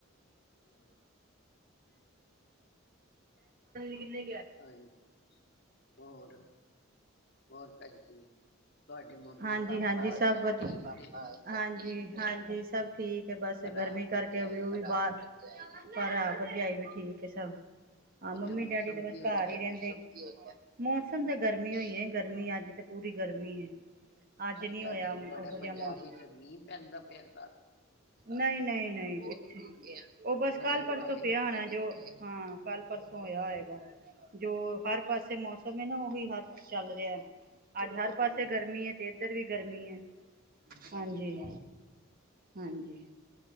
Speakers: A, on the left (about 55°); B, on the right (about 45°).
A: ਹਾਂ
B: ਕਿੰਨੇ
A: ਤਾਂ ਹੀ ਤੇ ਹੋਰ ਹੋਰ ਭੈਣ ਜੀ ਤੁਹਾਡੇ ਮੰਮੀ
B: ਹਾਂਜੀ
A: ਪਾਪਾ
B: ਹਾਂਜੀ ਸਭ ਵਧੀਆ
A: ਠੀਕ ਨੇ
B: ਹਾਂਜੀ। ਜ ਹਾਂਜੀ। ਸਭ ਠੀਕ। ਕੇ ਬਸ
A: ਭਰਾ
B: ਗਰਮੀ
A: ਭਰਜਾਈ
B: ਕਰਕੇ ਵਿਊ ਵੀ ਬਾਹਰ ਪਰ
A: ਹਾਂ
B: ਆ ਭਰਜਾਈ ਵੀ ਠੀਕ ਇਹ ਸਾ ਹਾਂ ਮੰਮੀ
A: ਉੱਥੇ ਮੌਸਮ
B: ਡੈਡੀ ਤਾਂ ਬਸ
A: ਕਿਹੋ
B: ਘਰ
A: ਜਿਹਾ
B: ਹੀ ਰਹਿੰਦੇ ਮੌਸਮ ਦਾ ਗਰਮੀ ਹੋਈ ਹੈ ਗਰਮੀ ਅੱਜ ਤੇ ਪੂਰੀ ਗਰਮੀ ਹੈ।
A: ਅੱਛਾ
B: ਅੱਜ ਨੀ
A: ਕਹਿ
B: ਹੋਇਆ
A: ਰਹੇ ਸੀ
B: ਉਹੋ
A: ਬੜਾ
B: ਜਿਹਾ
A: ਪੰਜਾਬ
B: ਮੌਸਮ
A: ਵਿੱਚ ਮੀਂਹ ਪੈਂਦਾ ਪੈਂਦਾ।
B: ਨਹੀਂ ਨਹੀਂ ਨਹੀਂ ਉਹ ਬਸ
A: ਗੜੇ
B: ਕੱਲ ਪਰਸੋਂ
A: ਪਏ
B: ਪਿਆ ਹੋਣਾ ਜੋ ਹਾਂ ਕੱਲ ਪਰਸੋਂ ਹੋਇਆ ਹੋਏਗਾ ਜੋ ਹਰ ਪਾਸੇ ਮੌਸਮ ਹੈ ਨਾ ਉਹੀ ਹਰ ਚੱਲ ਰਿਹਾ ਹੈ। ਆਜ ਹਰ ਪਾਸੇ
A: ਅੱਛਾ
B: ਗਰਮੀ ਹੈ ਤੇਜ਼ ਇੱਧਰ ਵੀ ਗਰਮੀ ਹੈ। ਹਾਂਜੀ। ਹਾਂਜੀ।